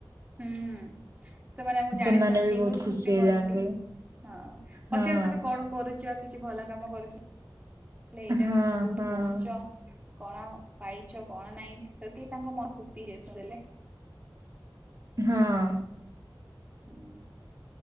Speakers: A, on the right; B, on the right.
A: ହୁଁ। ସେମାନେ ଆମକୁ ଜାଣିଥାନ୍ତି
B: ସେମାନେ ବି
A: ବହୁତ ଖୁସି
B: ହେଇଯାଆନ୍ତି।
A: ହୁଅନ୍ତି। ହଁ ପଚାରନ୍ତି
B: ହଁ
A: ତମେ କଣ? କରୁଛ କିଛି ଭଲ କାମ କରୁଲେ ଏଇଟା
B: ହଁ
A: କଣ କୋଉଠି
B: ହଁ
A: ପଢୁଛ? କଣ ପାଇଛ କଣ ନାଇଁ ସେତିକି ତାଙ୍କ ମନ ଖୁସି ହେସୁ ଦେଲେ।
B: ହଁ।
A: ହୁଁ